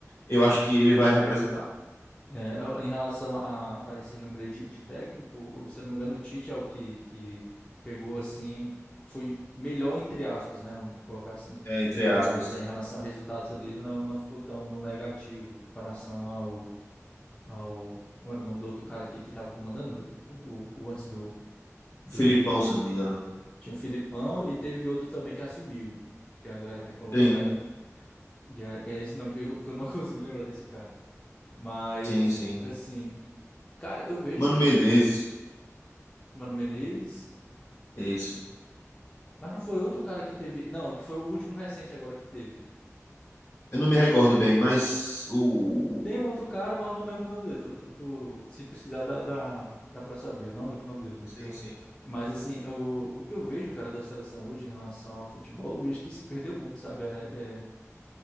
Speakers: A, on the left; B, on the left.
A: eu acho que ele vai representar.
B: É, eu- em relação a, a esse número de, de técnico, se eu não me engano, o Tite é o que, que pegou assim, foi melhor entre aspas, né? Vamos colocar assim
A: É, entre aspas.
B: mas é, em relação a resultados ali, ele não, não ficou tão no negativo em comparação ao, ao. Como era o nome do outro cara aqui que tava comandando, velho? O, o, o antes do, do.
A: Filipão, se eu não me engano.
B: Tinha o Filipão e teve outro também que assumiu, que a galera reclamou
A: Sim,
B: pra caramba. E aí, que é esse nome que eu, que eu não <laughs> consigo lembrar desse cara. Mas,
A: sim, sim.
B: assim, cara, eu vejo
A: Mano
B: que também.
A: Menezes,
B: Mano Menezes.
A: é isso.
B: Mas não foi outro cara que teve. Não, que foi o último recente agora que teve.
A: Eu não me recordo bem, mas o.
B: Tem um outro cara, mas eu não lembro o nome dele. Tu, tu- se pesquisar, dá, dá, dá pra saber. Eu não lembro o nome dele mesmo.
A: Sim, sim.
B: Mas, assim, o, o que eu vejo, cara, da seleção hoje em relação ao futebol, eu vejo que se perdeu muito, sabe? É- é